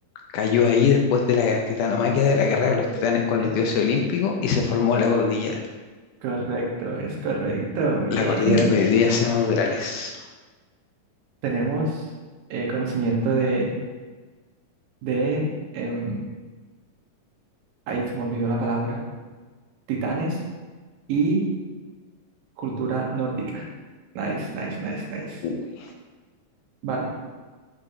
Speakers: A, on the left; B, on the right.
A: cayó ahí después de la titanomaquia de la guerra de los
B: <laughs>
A: titanes con
B: Es
A: los dioses olímpicos y se formó la cordillera.
B: correcto, es correcto. Bien.
A: La cordillera que hoy día se llama Durales.
B: Tenemos eh, conocimiento de, de em, ahí se me olvidó la palabra, titanes y cultura nórdica. Nice, nice, nice, nice.
A: Uy.
B: Vale.